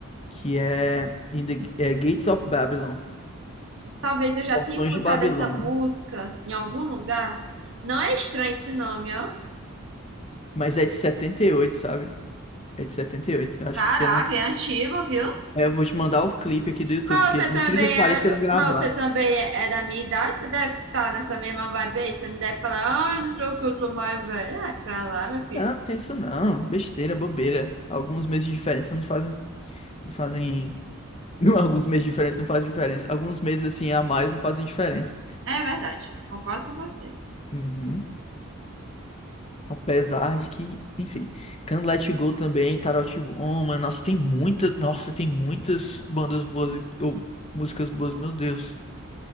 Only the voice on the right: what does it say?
Talvez eu já
tenha escutado
essa música em algum lugar. Não é estranho esse nome, ó.
Caraca,
é antigo, viu?
Mas
você
também
é,
mas você também é, é da minha idade, você deve estar nessa mesma vibe aí. Você não deve falar, ai, não sei o que, eu sou mais velho. Ah, É pra lá, meu filho.
É verdade, concordo com você.